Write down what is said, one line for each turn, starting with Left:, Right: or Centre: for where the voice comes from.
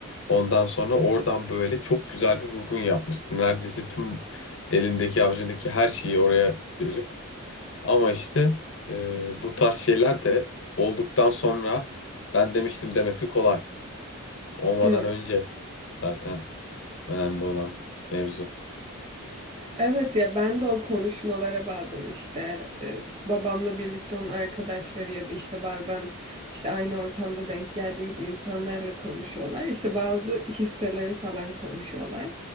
Left: Ondan sonra oradan böyle çok güzel bir vurgun yapmıştı. Neredeyse tüm elindeki avucundaki her şeyi oraya verip ama işte e, bu tarz şeyler de olduktan sonra ben demiştim demesi kolay. Olmadan
Right: Evet.
Left: önce zaten önemli olan mevzu.
Right: Evet ya ben de o konuşmalara bazen işte e, babamla birlikte onun arkadaşları ya da işte bazen işte aynı ortamda denk geldiğimiz insanlarla konuşuyorlar. İşte bazı hisseleri falan konuşuyorlar.